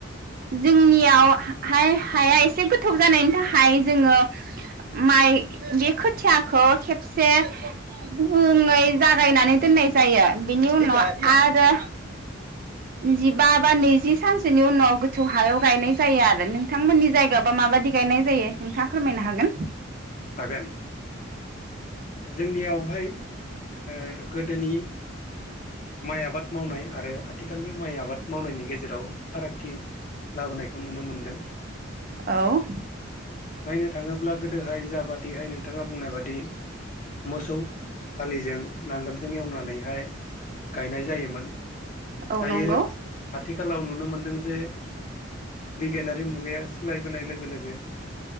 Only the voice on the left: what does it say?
हागोन। जोंनियावहाय ओ गोदोनि माइ आबाद मावनाय आरो आथिखालनि माइ आबाद मावनायनि गेजेराव फारागथि लाबोनायखौ खौ नुनो मोन्दों।
नायनो थाङोब्ला गोदोहाय जाबादिहाय नोंथाङा बुंनाय बादि मोसौ हालिजों नांगोलजों एवनानैहाय गायनाय जायोमोन।
दायो
आथिखालाव नुनो मो मोनदों जे बिगियानारि मुगाया सोलायबोनाय लोगो लोगो